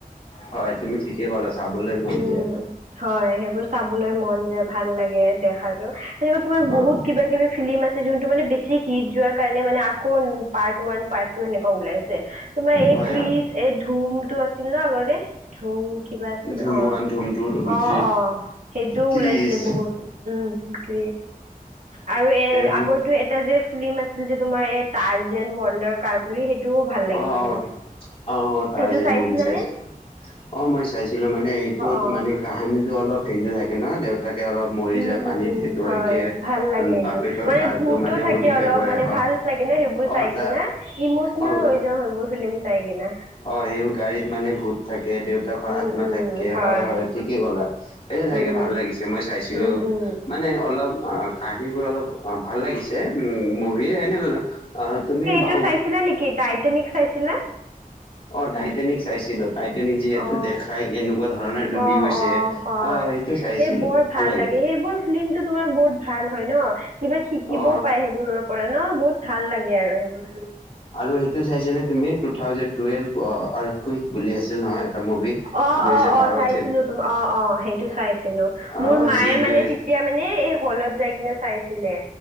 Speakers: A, on the left; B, on the right.
A: হয় তুমি ঠিকেই কলা। চাবলৈ মন
B: উম
A: যায়
B: হয় সেইবোৰ চাবলৈ মন য ভাল লাগে দেখাটো, সেনেকুৱা তোমাৰ বহুত
A: অ'।
B: কিবা কিবি ফিল্ম আছে যোনটো মানে বেছি হিট যোৱাৰ কাৰণে মানে আকৌ পাৰ্ট ওৱান পাৰ্ট সেনেকুৱা ওলাইছে তোমাৰ এই
A: হয়,
B: ক্ৰীচ
A: হয়,
B: এই ধুম তটো আছিল ন আগৰে ধুম কিবা আছিল
A: ধুমোৱাান
B: অ
A: ধুম টু, ধুম
B: অ'
A: থ্ৰী,
B: অ' সেইটোও
A: ক্ৰিছ
B: ওলাইছিলে বহুত, উম <unintelligible> গ আৰু
A: সেইবোৰ
B: আগৰটো এটা যে ফিল্ম আছিল যে তোমাৰ এ ডাৰ কাৰ বুলি সেইটো ভাল লাগিছিলে
A: অ', অ'। অ', টাৰ্জেন
B: সেইটো চাইছিলা
A: মুভি চাইছোঁ।
B: নে।
A: অ, মই চাইছিলো মানে এইটোত
B: অ
A: মানে কাহানিটো অলপ হেৰি যে থাকে ন দেত তাকে অলপ মৰি
B: উম
A: যায়, পানীত
B: উম
A: সেইটো
B: হয়
A: হয়কে
B: ভাল লাগে এইটো
A: বাপেকৰ
B: মানে
A: কাৰাঁটো
B: ভূতো
A: মানে
B: থাকে
A: মডিফাই
B: অলপ
A: কৰে,
B: মানে
A: হয়।
B: ভাল লাগে ন সেইবোৰ চাই
A: অ', তাৰ
B: কিনে ইমচনেল
A: অ'।
B: হৈ যাও সেইবোৰ ফিলম চাই কিনে।
A: অ' সেই গাড়ীত মানে ভূত থাকে দেউতাকৰ
B: উম
A: আত্মা
B: উম
A: থাকে,
B: হয়
A: হয়-হয় ঠিকেই ক এয়া চাইকে
B: উম
A: ভাল লাগিছে, মই চাইছিলো,
B: উম উম
A: মানে অলপ কাহানী বোৰ অলপ অ, ভাল লাগিছে উ মুভিিলয় এনে অ, তুমি বাহু
B: টো চাইছিলা নেকি টাইটেনিক চাইছিলা।
A: অ' টাইটেনিক চাইছিলো। টাইটেনিক যিহেতু
B: অ
A: দেখাই কেনেকুৱা ধৰণে ডুবি
B: অ
A: গৈছে
B: অ হয়
A: অ, সেইটো চাইছিলো
B: এই বৰ
A: ভাল লাগিছিল।
B: লাগে সেইবোৰ ফিল্ম তো তোমাৰ বু ভাল হয় ন, ‌কিবা শিকিবও
A: অ
B: পায় সেইবোৰৰ পৰা ন, বহুত ভাল লাগে আৰু সেইবোৰ
A: আৰু সেইটো চাইছে তুমি টো থাউজে েলভ <unintelligible> বুলি আছিল নহয় এটা মুভি
B: অ'-অ'-অ',
A: দুহেজাৰ বাৰত
B: চাইছিলো
A: যেন
B: ত অ'-অ' সেইটো চাইছিলো
A: অ
B: মোৰ মায়ে
A: যি দুৱে
B: মানে তেতিয়া এয়া মানে এই হলত যাই কিনে চাই। ছিলে